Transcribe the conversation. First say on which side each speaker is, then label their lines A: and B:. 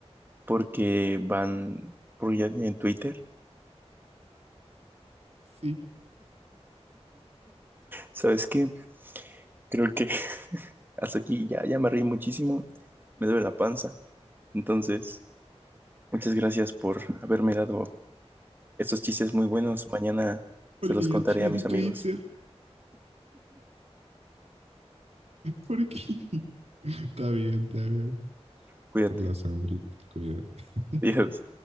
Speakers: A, on the right; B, on the right.
A: Porque van, porque ya tienen Twitter.
B: Sí,
A: ¿Sabes qué? Creo que <laughs> hasta aquí ya, ya me reí muchísimo. Me duele la panza. Entonces, muchas gracias por haberme dado estos chistes muy buenos. Mañana
B: porque
A: se los
B: ya
A: contaré
B: tienen
A: a mis
B: Twitter.
A: amigos.
B: Porque... <laughs> Está bien, está bien.
A: Cuídate.
B: Por la sombrita, cuídate. <laughs>
A: Adiós.